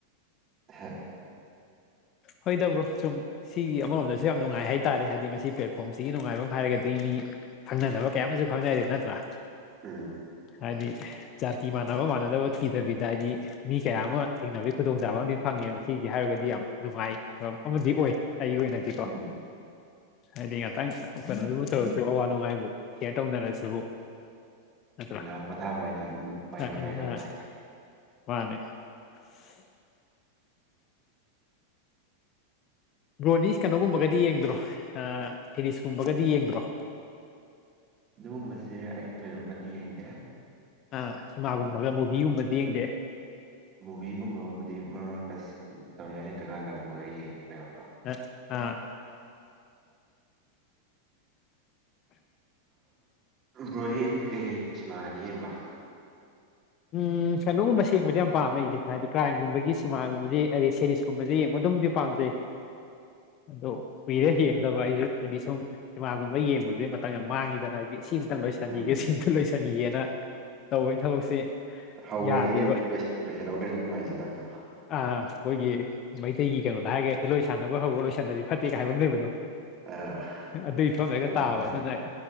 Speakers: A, on the right; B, on the left.
A: ꯍꯝ
B: ꯍꯣꯏꯗꯕ꯭ꯔꯣ ꯁꯨꯝ ꯁꯤꯒꯤ ꯑꯃꯔꯣꯝꯗꯁꯨ ꯌꯥꯝ ꯅꯨꯡꯉꯥꯏ ꯍꯥꯏꯇꯥꯥꯔꯦ ꯍꯥꯏꯗꯤ ꯃꯁꯤ ꯄ꯭ꯂꯦꯠꯐꯣꯝꯁꯤꯒꯤ ꯅꯨꯡꯉꯥꯏꯐꯝ ꯑꯃ ꯍꯥꯏꯔꯒꯗꯤ ꯃꯤ ꯈꯪꯅꯗꯕ ꯀꯌꯥ ꯑꯃꯁꯨ ꯈꯪꯅꯔꯤ ꯅꯠꯇ꯭ꯔꯥ
A: ꯎꯝ
B: ꯍꯥꯏꯗꯤ ꯖꯥꯇꯤ ꯃꯥꯟꯅꯕ ꯃꯥꯟꯅꯗꯕ ꯊꯤꯗꯕꯤꯗ ꯍꯥꯏꯗꯤ ꯃꯤ ꯀꯌꯥ ꯑꯃ ꯊꯦꯡꯅꯕꯒꯤ ꯈꯨꯗꯣꯡꯆꯥꯕ ꯑꯃꯗꯤ ꯐꯪꯉꯦ ꯃꯁꯤꯒꯤ ꯍꯥꯏꯔꯒꯗꯤ ꯌꯥꯝ ꯅꯨꯡꯉꯥꯏ ꯐꯤꯕꯝ ꯑꯃꯗꯤ ꯑꯣꯏ ꯑꯩꯒꯤ ꯑꯣꯏꯅꯗꯤꯀꯣ
A: ꯎꯝ
B: ꯍꯥꯏꯗꯤ ꯉꯥꯛꯇꯪ ꯀꯩꯅꯣꯗꯨꯕꯨꯊꯔꯁꯨ ꯑꯋꯥ ꯅꯨꯡꯉꯥꯏꯕꯨ ꯁꯦꯌꯔ ꯇꯧꯅꯔꯁꯤꯕꯨ <unintelligible>
A: ꯉꯥꯏꯍꯥꯛ ꯄꯣꯊꯥꯕ ꯑꯣꯏꯅ ꯑꯗꯨꯝ ꯋꯥꯔꯤ ꯋꯥꯇꯥꯏ ꯇꯧꯕ ꯍꯥꯏꯁꯦ
B: ꯕ꯭ꯔꯣꯗꯤꯁ ꯀꯩꯅꯣꯒꯨꯝꯕꯒꯗꯤ ꯌꯦꯡꯗ꯭ꯔꯣ ꯁꯦꯔꯤꯁꯀꯨꯝꯕꯒꯗꯤ ꯌꯦꯡꯗ꯭ꯔꯣ
A: ꯑꯗꯨꯒꯨꯝꯕꯁꯦ ꯑꯩ ꯊꯣꯏꯗꯣꯛꯅꯗꯤ ꯌꯦꯡꯕ
B: ꯑ ꯏꯃꯥꯒꯨꯝꯕꯒ ꯃꯨꯚꯒꯨꯝꯕꯗꯤ ꯌꯦꯡꯗꯦ
A: ꯃꯨꯚꯤꯒꯨꯝꯕꯕꯨꯕꯨꯗꯤ ꯃꯔꯛ ꯃꯔꯛꯇ ꯇꯧꯅꯤꯡꯉꯥꯏ ꯂꯩꯇ꯭ꯔꯀꯥꯟꯗꯒꯨꯝꯕꯒ ꯌꯦꯡꯕ ꯌꯥꯎꯋ
B: ꯑ ꯑꯥ
A: ꯕ꯭ꯔꯣꯗꯤ ꯀꯩꯀꯩ ꯁꯤꯃꯥꯗꯤ ꯌꯦꯡꯕ
B: ꯎꯝ ꯀꯩꯅꯣꯒꯨꯝꯕ ꯁꯦꯡꯕꯗꯤ ꯌꯥꯝ ꯄꯥꯝꯃꯦ ꯑꯩꯁꯦ ꯍꯥꯏꯗꯤ ꯀ꯭ꯔꯥꯏꯝꯒꯨꯝꯕꯒꯤ ꯁꯤꯅꯦꯃꯥꯒꯨꯝꯕꯁꯤꯦ ꯑꯗꯩ ꯁꯦꯔꯤꯁꯀꯨꯝꯕꯁꯤꯁꯦ ꯌꯦꯡꯕꯗ ꯑꯗꯨꯝꯗꯤ ꯄꯥꯝꯖꯩ ꯑꯗꯣ ꯀꯨꯏꯔꯦ ꯌꯦꯡꯗꯕ ꯑꯩꯁꯨ ꯍꯥꯏꯗꯤ ꯁꯨꯝ ꯁꯤꯃꯥꯒꯨꯝꯕ ꯌꯦꯡꯕꯁꯨ ꯑꯗꯨꯩ ꯃꯇ ꯌꯥꯝ ꯃꯥꯡꯉꯤꯗꯅ ꯍꯥꯏꯗꯤ ꯁꯤ ꯑꯃꯇꯪ ꯂꯣꯏꯁꯤꯟꯈꯤꯒꯦ
A: ꯎꯝ
B: ꯁꯤ ꯑꯃꯇ ꯂꯣꯏꯁꯤꯟꯈꯤꯒꯦꯅ ꯇꯧꯋ ꯊꯕꯛꯁꯦ
A: ꯍꯧꯈ꯭ꯔꯒꯗꯤ
B: ꯌꯥꯗꯦꯕ
A: ꯂꯣꯏꯁꯤꯜꯍꯧꯗ꯭ꯔꯗꯤ ꯅꯨꯡꯉꯥꯏꯖꯗꯕꯗꯣ
B: ꯑ ꯑꯩꯈꯣꯏꯒꯤ ꯃꯩꯇꯩꯒꯤ ꯀꯩꯅꯣꯗ ꯍꯥꯏꯒꯦꯂꯣꯏ ꯁꯥꯟꯅꯕ ꯍꯧꯒ ꯂꯣꯏ ꯁꯟꯗꯕꯤ ꯐꯠꯇꯦ ꯀꯥꯏ ꯍꯥꯏꯕ ꯑꯃ ꯂꯩꯕꯗꯣ
A: ꯑꯥ
B: ꯑꯗꯨꯏ ꯏꯐꯝꯗꯩꯒ
A: ꯃꯥꯅꯤ
B: ꯇꯥꯕ
A: ꯃꯥꯅꯤ
B: ꯑꯗꯨꯅ